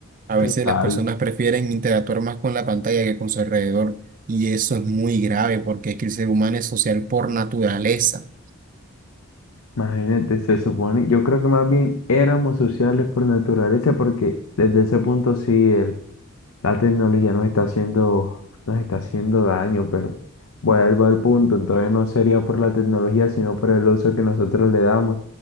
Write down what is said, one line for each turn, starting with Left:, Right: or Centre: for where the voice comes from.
Right: A
Left: total
Right: veces las personas prefieren interactuar más con la pantalla que con su alrededor, y eso es muy grave porque es que el ser humano es social por naturaleza.
Left: Imagínate, se supone, yo creo que más bien éramos sociales por naturaleza, porque desde ese punto sí el, la tecnología nos está haciendo, nos está haciendo daño, pero vuelvo al punto, entonces no sería por la tecnología, sino por el uso que nosotros le damos.